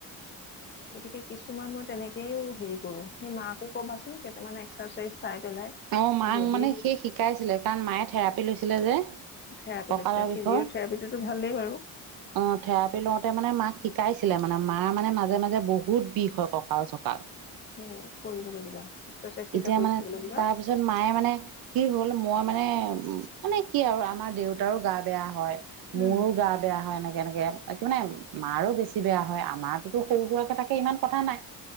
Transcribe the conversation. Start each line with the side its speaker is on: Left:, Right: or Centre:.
Left: গতিকে কিছুমান মই তেনেকেইও হেৰি কৰো। সেই মাকো ক'বাচোন কেইটামান এক্সাৰচাইজ চাই পেলাই।
Right: অ', াক
Left: যদি
Right: মানে সেই শিকাইছিলে, কাৰণ মায়ে থেৰাপি লৈছিলে যে
Left: থেৰাপি
Right: কঁকালৰ
Left: লৈছিলে, ফিজিঅথেৰাপিটোতো
Right: বিষৰ।
Left: ভালেই বাৰু
Right: অ', থেৰাপি লওঁতে মানে, মাক শিকাইছিলে মানে, মাৰ মানে মাজে মাজে বহুত বিষ হয় ককাল চকাল,
Left: সেই কৰিবলৈ দিবা এক্সাৰচাইজ কেইটা
Right: এতিয়া
Left: কৰি
Right: মানে
Left: থাকিবলৈ দিবা
Right: তাৰপিছত যোন মায়ে, মানে কি হ'ল মই মানে, উ মানে কি আৰু আমাৰ দেউতাৰো গা বেয়া হয় মোৰো
Left: উম
Right: গা বেয়া হয়, এনেকে এনেকে কি মানে মাৰো বেছি বেয়া হয় আমাৰ তো সৰু সুৰাকে থাকে ইমান কথা নাই